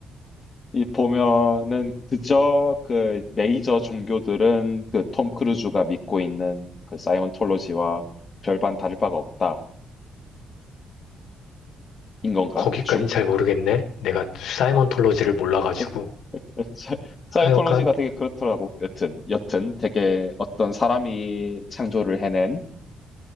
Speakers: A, on the left (about 30°); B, on the left (about 85°).
A: 이 보면은 그저 그 메이저 종교들은 그 톰 크루즈가 믿고 있는 그 사이언톨로지와 별반 다를 바가 없다. 인 건가?
B: 거기까진
A: 대충?
B: 잘 모르겠네. 내가 사이먼톨로지를 몰라가지고.
A: <laughs> 사- 사이언톨로지가
B: 하여간,
A: 되게 그렇더라고. 여튼, 여튼 되게 어떤 사람이 창조를 해낸